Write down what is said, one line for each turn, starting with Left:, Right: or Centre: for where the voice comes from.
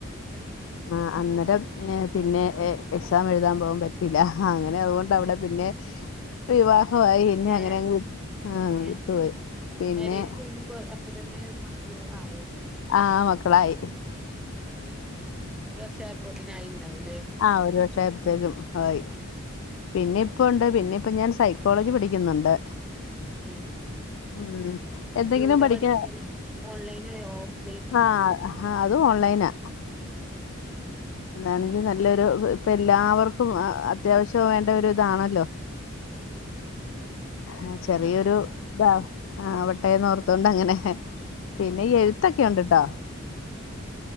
Centre: ആഹ്
Left: ആ അന്ന പിന്നെ പിന്നെ എ എക്സാം എഴുതാൻ പോവാൻ പറ്റ അങ്ങനെ അതുകൊണ്ട് അവിടെ പിന്നെ വിവാഹവായി പിന്നെ
Centre: മേ
Left: അങ്ങനെ അങ്ങ് ആ അങ്ങ്
Centre: ഏഹ്
Left: വിട്ടുപോയി പിന്നെ
Centre: മാരേജ് കഴിഞ്ഞ് കൊ അപ്പൊ തന്നെ മക്കള് ആയോ
Left: ആ മക്കളായി
Centre: ഒരു വർഷായിപ്പോത്തന്നെ ആയി ഉണ്ടാവൂല്ലേ
Left: ആ ഒരു വർഷായപ്പോത്തേക്കും ആയി പിന്നെ ഇപ്പൊ ഉണ്ട് പിന്നെ ഇപ്പൊ ഞാൻ സൈക്കോളജി പഠിക്കുന്നൊണ്ട്
Centre: ഉം
Left: ഉം എന്തെങ്കിലും
Centre: എവിടെയാ
Left: പഠിക്ക
Centre: പഠിക്കല് ഓൺലൈനായോ ഓഫ്‌ലൈനോ
Left: ആഹ് ആ അത് ഓൺലൈനാ അതാണെങ്കി നല്ലൊരു ഇപ്പൊ എല്ലാവർക്കും അത്യാവശ്യം വേണ്ട ഒരു ഇതാണല്ലോ
Centre: ഉം ഉം
Left: ആ ചെറിയൊരു
Centre: അതന്നെ
Left: ഇതാ ആ അവട്ടേന്നോർത്തോണ്ട് അങ്ങനെ പിന്നെഈ
Centre: ആഹ്
Left: എഴുത്തൊക്കെ ഉണ്ട്ട്ടോ